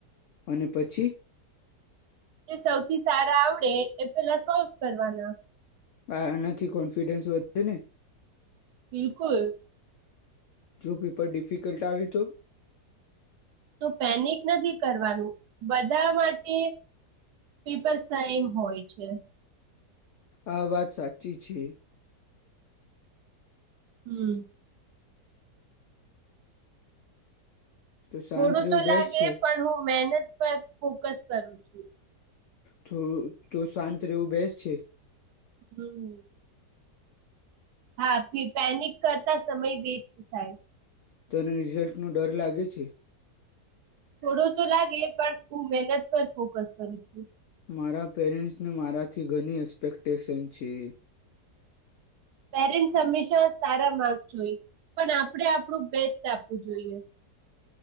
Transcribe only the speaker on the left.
અને પછી?
<inaudible>
જો પેપર ડિફિકલ્ટ આવે તો.
આ વાત સાચી છે.
તો શાંત
રહેવું
બેસ્ટ છે.
થોડું તો શાંત રહેવું બેસ છે.
તોને રિઝલ્ટનો ડર લાગે છે.
મારા પેરેન્ટ્સને મારાથી ઘણી એક્સ્પેક્ટેશન છે.